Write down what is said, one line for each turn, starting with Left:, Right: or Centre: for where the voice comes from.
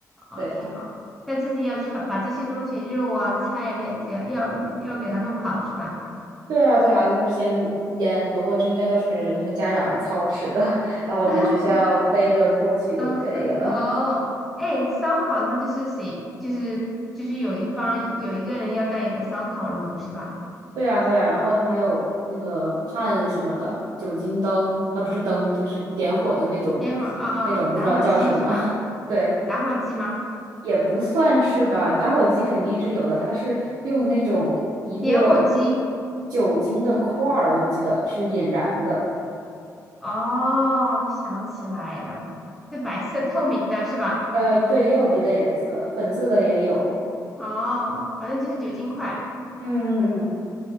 Centre: 哦，
Right: 对。
Centre: 挺好。但自己要穿，把这些东西肉啊菜类，只要要要给它弄好是吧？
Right: 对啊，对啊，就是先腌，不过这应该都是就是家长操持的，<laughs> 然后我们只需要背着过去就可以了。
Centre: <laughs> 都是哦，哎，烧烤的话就是谁，就是就是有一方有一个人要带一个烧烤炉是吧？
Right: 对啊，对啊，然后还有那个炭什么的，酒精灯啊，不是灯，就是点火的那种，
Centre: 点火啊、
Right: 那种不知道叫什么，
Centre: 打火机是吗？
Right: <laughs> 对，
Centre: 打火机吗？
Right: 也不算是吧，打火机肯定是有的，它是用那种一个
Centre: 点火机，
Right: 酒精的块儿，我记得是引燃的，
Centre: 哦，想起来了，是白色透明的是吧？
Right: 呃，对，也有别的颜色，粉色的也有，
Centre: 哦，反正就是酒精块，
Right: 嗯嗯嗯。